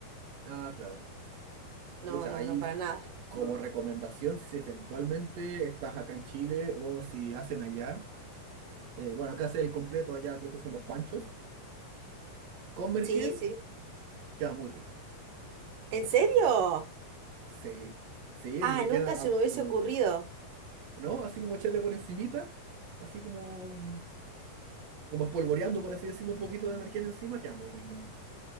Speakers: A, on the right; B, on the right.
A: Ah, claro.
B: no,
A: Pucha,
B: no,
A: ahí
B: no, para nada.
A: como recomendación, si eventualmente estás acá en Chile o si hacen allá, eh, bueno, acá hace el completo, allá creo que son los panchos, con merquén
B: Sí, sí.
A: queda muy rico.
B: ¿En serio?
A: Sí, sí,
B: Ah,
A: el merquén,
B: nunca
A: a-
B: se
A: a-
B: me hubiese
A: como,
B: ocurrido.
A: ¿no? Así como echarle por encimita, así como, como espolvoreando, por así decirlo, un poquito de merquén encima, queda muy rico.